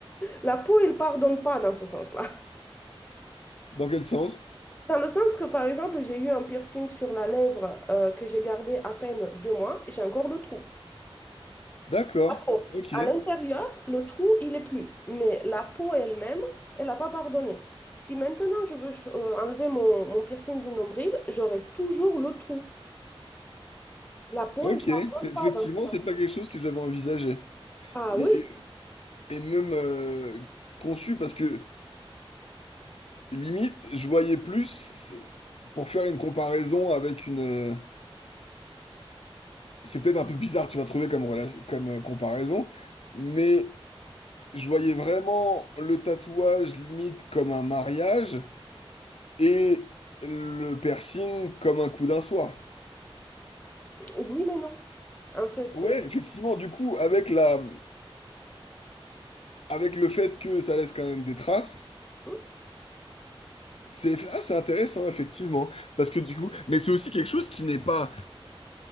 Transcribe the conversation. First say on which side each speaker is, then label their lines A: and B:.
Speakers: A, on the left (about 15°); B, on the left (about 80°).
A: La peau, elle pardonne pas dans ce sens-là.
B: Dans quel sens?
A: Dans le sens que, par exemple, j'ai eu un piercing sur la lèvre euh, que j'ai gardé à peine deux mois, j'ai encore le trou.
B: D'accord.
A: La peau.
B: Ok.
A: À l'intérieur, le trou, il est plus. Mais la peau elle-même, elle n'a pas pardonné. Si maintenant je veux euh, enlever mon, mon piercing du nombril, j'aurai toujours le trou. La peau,
B: Ok.
A: elle ne pardonne
B: C'est-
A: pas
B: Effectivement,
A: dans ce sens-là.
B: c'est pas quelque chose que j'avais envisagé.
A: Ah
B: Et,
A: oui,
B: et- et même euh, conçu, parce que limite, je voyais plus, pour faire une comparaison avec une... euh, c'est peut-être un peu bizarre, tu vas trouver comme, rela- comme euh, comparaison, mais je voyais vraiment le tatouage limite comme un mariage et le piercing comme un coup d'un soir.
A: oui, mais non. En fait,
B: Ouais,
A: euh,
B: effectivement, du coup, avec la, avec le fait que ça laisse quand même des traces,
A: hmm?
B: c'est ah, c'est intéressant, effectivement. Parce que du coup, mais c'est aussi quelque chose qui n'est pas